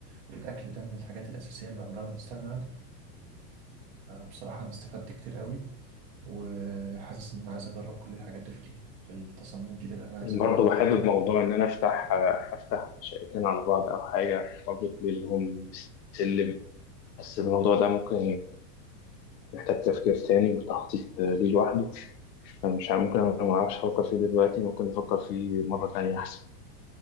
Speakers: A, on the right; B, on the left.
A: والاكل ده من الحاجات الاساسيه اللي عمرنا ما نستغنى عنها بصراحة أنا استفدت كتير قوي وحاسس إن أنا عايز أجرب كل الحاجات دي في ال- في التصميم الجديد اللي أنا عايز
B: برضه
A: أعملها في
B: بحب
A: بيتي
B: موضوع ان انا افتح افتح شقتين على بعض او حاجه واربط بينهم سلم بس الموضوع ده ممكن محتاج تفكير تاني وتخطيط ليه لوحده فمش عارف- ممكن انا ما اعرفش افكر فيه دلوقتي ممكن نفكر فيه مره تانيه احسن